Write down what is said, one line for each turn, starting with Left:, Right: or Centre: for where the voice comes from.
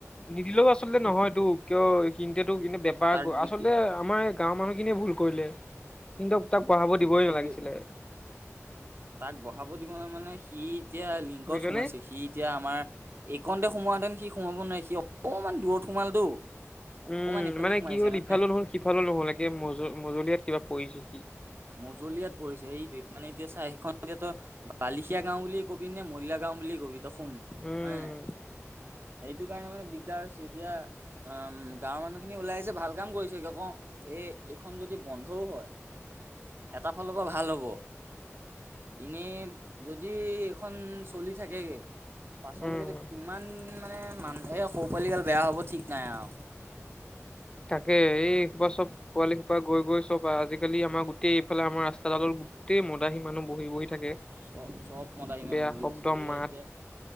Left: নিদিলেও আচলতে নহয় ইটো কিয় সিহঁতেটো বেপাৰটো
Right: তাৰ বিক্ৰী
Left: আচলতে আমাৰ এই গাঁৱৰ মানুহখিনিয়ে ভুল কৰিলে কিন্তু তাক পঢ়াব দিবই
Right: সেইটো
Left: নালাগিছিলে।
Right: পঢ়াব দিব মানে সি এতিয়া লিংকত
Left: বুজিছনে
Right: সোমাইছে সি এতিয়া আমাৰ এইকনতে সোমোৱাহেতেন সি সোমাব নোৱাৰে সি অকমান দূৰত সোমালতো। অকমান
Left: উম,
Right: এইফালে
Left: মানে
Right: সোমাইছে
Left: কি হ'ল
Right: মানে
Left: ইফালো নহ'ল সিফালো নহ'ল একে মজ মজলিয়াত কিবা পৰিছে সি।
Right: মজলিয়াত পৰিছে এইটোৱে মানে এতিয়া চা হেইখন এতিয়াতো বালিখিয়া গাও বুলিয়ে কবি নে মহিলা গাও বুলিয়ে কবি। <unintelligible> খোন
Left: উম
Right: হয় নাই। সেইটো কাৰণে মানে দিগদাৰ হৈছে এতিয়া অম গাঁৱৰ মানুহ খিনি ওলাই আহিছে ভাল কাম কৰিছে ক এ -এইখন যদি বন্ধও হয় এটা ফালৰ পৰা ভাল হ'ব। এনে যদি এইখন চলি থাকেগে। পাছলৈকে
Left: উম
Right: কিমান মানে মান এই সৌ পোৱালিগাল বেয়া হ'ব ঠিক নাই আৰু।
Left: তাকে এই সোপা চব পোৱালি সোপা গৈ- গৈ চব আজিকালি আমাৰ গোটেই এইফালে আমাৰ ৰাস্তাডালৰ গোটেই মদাহী মানুহ বহি-বহি থাকে।
Right: চব-চব মদাহী
Left: বেয়া
Right: বহি
Left: শব্দ
Right: আছে এয়া
Left: মাত
Right: এতিয়া